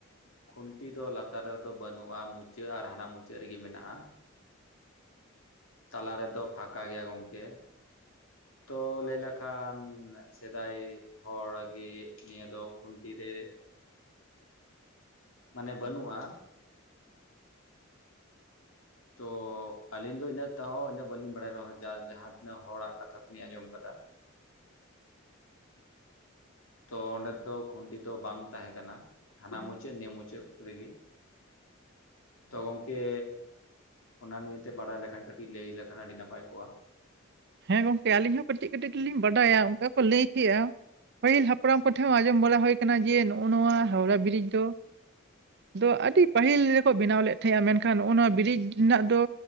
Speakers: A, on the left; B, on the right.
A: ᱠᱷᱩᱱᱴᱤ ᱫᱚ ᱞᱟᱛᱟᱨ ᱨᱮᱫᱚ ᱵᱟᱹᱱᱩᱜᱼᱟ ᱢᱩᱪᱟᱹᱫ ᱟᱨ ᱦᱟᱱᱟ ᱢᱩᱪᱟᱹᱫ ᱨᱮᱜᱮ ᱢᱮᱱᱟᱜᱼᱟ᱾ ᱛᱟᱞᱟ ᱨᱮᱫᱚ ᱯᱷᱟᱠᱟ ᱜᱮᱭᱟ ᱜᱚᱝᱠᱮ ᱛᱚ ᱞᱟᱹᱭ ᱞᱮᱠᱷᱟᱱ ᱥᱮᱫᱟᱭ ᱦᱚᱲ ᱜᱮ ᱱᱤᱭᱟᱹ ᱫᱚ ᱠᱷᱩᱱᱴᱤ ᱨᱮ
B: <unintelligible>
A: ᱢᱟᱱᱮ ᱵᱟᱹᱱᱩᱜᱼᱟ᱾ ᱛᱚ ᱟᱹᱞᱤᱧ ᱫᱚ ᱤᱱᱟᱹᱜ ᱛᱟᱦᱚ ᱤᱱᱟᱹᱜ ᱵᱟᱹᱞᱤᱧ ᱵᱟᱲᱟᱭ ᱨᱮᱦᱚᱸ ᱡᱟᱠ ᱡᱟᱦᱟᱸ ᱛᱤᱱᱟᱹᱜ ᱦᱚᱲᱟᱜ ᱠᱟᱛᱷᱟ ᱛᱮᱞᱤᱧ ᱟᱸᱡᱚᱢ ᱠᱟᱫᱟ ᱛᱚ ᱚᱸᱰᱮ ᱫᱚ ᱠᱷᱩᱱᱴᱤ ᱫᱚ ᱵᱟᱝ ᱛᱟᱦᱮᱸ ᱠᱟᱱᱟ ᱦᱟᱱᱟ ᱢᱩᱪᱟᱹᱫ ᱱᱤᱭᱟᱹ ᱢᱩᱪᱟᱹᱫ ᱨᱮᱜᱮ ᱛᱚ ᱜᱚᱝᱠᱮ ᱚᱱᱟ ᱱᱤᱭᱮ ᱛᱮ ᱵᱟᱲᱟᱭ ᱞᱮᱠᱷᱟᱱ ᱠᱟᱹᱴᱤᱡ ᱞᱟᱹᱭ ᱞᱮᱠᱷᱟᱱ ᱟᱹᱰᱤ ᱱᱟᱯᱟᱭ ᱠᱚᱜᱼᱟ
B: ᱦᱮᱸ ᱜᱚᱝᱠᱮ ᱟᱹᱞᱤᱧ ᱦᱚᱸ ᱠᱟᱹᱴᱤᱡ ᱠᱟᱹᱴᱤᱡ ᱫᱚᱞᱤᱧ ᱵᱟᱰᱟᱭᱟ ᱚᱱᱠᱟ ᱠᱚ ᱞᱟᱹᱭ ᱜᱮᱭᱟ ᱯᱟᱹᱦᱤᱞ ᱦᱟᱯᱲᱟᱢ ᱠᱚᱴᱷᱮᱱ ᱦᱚᱸ ᱟᱸᱡᱚᱢ ᱵᱟᱲᱟ ᱦᱩᱭ ᱠᱟᱱᱟ ᱡᱮ ᱱᱚᱜᱼᱚ ᱱᱚᱣᱟ ᱦᱟᱣᱲᱟ ᱵᱨᱤᱡ ᱫᱚ ᱫᱚ ᱟᱹᱰᱤ ᱯᱟᱹᱦᱤᱞ ᱨᱮᱠᱚ ᱵᱮᱱᱟᱣ ᱞᱮᱫ ᱛᱟᱦᱮᱸᱜᱟ ᱢᱮᱱᱠᱷᱟᱱᱜ ᱱᱚᱣᱟ ᱵᱨᱤᱡ ᱨᱮᱱᱟᱜ ᱫᱚ